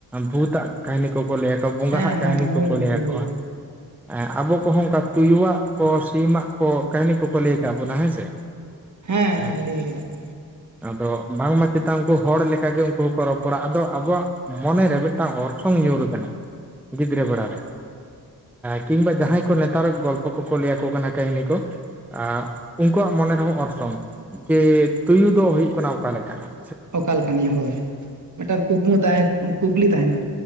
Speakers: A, in the centre; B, on the right (about 45°).
A: ᱵᱷᱩᱛ ᱟᱜ ᱠᱟᱹᱦᱱᱤ ᱠᱚᱠᱚ ᱞᱟᱹᱭᱟᱠᱳᱣᱟ ᱵᱚᱸᱜᱟᱣᱟᱜ
B: ᱦᱮᱸ ᱦᱮᱸ
A: ᱠᱟᱹᱦᱱᱤ
B: ᱦᱳᱭ
A: ᱠᱚᱠᱚ
B: ᱜᱚᱢᱠᱮ
A: ᱞᱟᱹᱭᱟᱠᱳᱣᱟ
B: ᱦᱳᱭ ᱦᱳᱭ
A: ᱮᱸ ᱟᱵᱚ ᱟᱠᱚ ᱦᱚᱸ ᱚᱱᱠᱟ ᱛᱩᱭᱩᱣᱟᱜ ᱠᱚ ᱥᱤᱢᱟᱜ ᱠᱚ ᱠᱟᱹᱦᱤᱱᱤ ᱠᱚᱠᱚ ᱞᱟᱹᱭ ᱟᱠᱟᱫ ᱵᱚᱱᱟ ᱦᱮᱸ ᱥᱮ
B: ᱦᱮᱸ
A: ᱟᱨ
B: ᱦᱮᱸ ᱞᱟᱹᱭ ᱠᱟᱫᱟ ᱠᱚ
A: ᱟᱫᱚ ᱵᱟᱝᱢᱟ ᱪᱮᱛᱟᱱ ᱩᱱᱠᱩ ᱦᱚᱲ ᱞᱮᱠᱟᱜ ᱜᱮ ᱩᱱᱠᱩ ᱦᱚᱸᱠᱚ ᱨᱚᱯᱚᱲᱟ ᱟᱫᱚ ᱟᱵᱚᱣᱟᱜ ᱢᱚᱱᱮᱨᱮ ᱢᱤᱫ ᱴᱟᱝ ᱚᱨᱥᱚᱝ ᱧᱩᱨ ᱠᱟᱱᱟ ᱜᱤᱫᱽᱨᱟᱹ ᱵᱮᱲᱟ ᱨᱮ ᱠᱤᱢᱵᱟ ᱡᱟᱦᱟᱸᱭ ᱠᱚ ᱱᱮᱛᱟᱨ ᱜᱚᱞᱯᱚ ᱠᱚᱠᱚ ᱞᱟᱹᱭᱟᱠᱚ ᱠᱟᱱᱟ ᱠᱟᱹᱦᱱᱤ ᱠᱚ <unintelligible> ᱩᱱᱠᱩᱣᱟᱜ ᱢᱚᱱᱮ ᱨᱮᱦᱚᱸ ᱚᱨᱥᱚᱝ ᱡᱮ ᱛᱩᱭᱩ ᱫᱚ ᱦᱩᱭᱩᱜ ᱠᱟᱱᱟ ᱚᱠᱟᱮ ᱞᱮᱠᱟᱱ ᱦᱟᱸ
B: ᱚᱠᱟᱞ ᱞᱮᱠᱟᱱ ᱱᱤᱭᱟᱹ ᱦᱳᱭ ᱢᱤᱫᱴᱟᱝ ᱠᱩᱠᱢᱩ <unintelligible> ᱠᱩᱠᱞᱤ ᱛᱟᱦᱮᱱᱟ